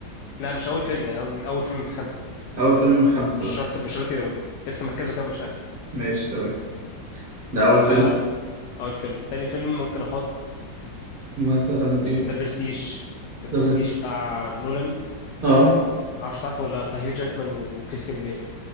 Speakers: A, on the left; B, on the right.
A: لا مش أول فيلم يعني قصدي أول فيلم من الخمسة يعني
B: اول فيلم من الخمسه
A: مش شرط مش شرط يبقى- لسه مركزه كام مش عارف
B: ماشي تمام ده اول فيلم
A: آه، اول فيلم تاني فيلم ممكن احط
B: مثلا ايه
A: ذا برستيج ذا برستيج
B: ده برس
A: بتاع نولان
B: اه
A: كان معرفش تعرفه ولا لأ، بتاع هيو جاكمان وكريستيان بيل